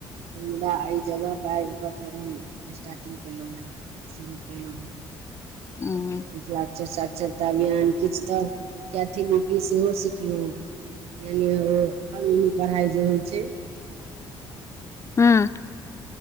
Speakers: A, on the right; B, on the left.
A: मुदा एहि जगह पर आइब कऽ फेर हम स्टार्टिंग केलौ है शुरू केलौ हँ
B: ओ
A: मिथिलाक्षर साक्षरता अभियान किछु तऽ कैथी लिपि सेहो सिखलु यानि ओ अमीनी पढ़ाई जे होइ छै
B: <inaudible> हँ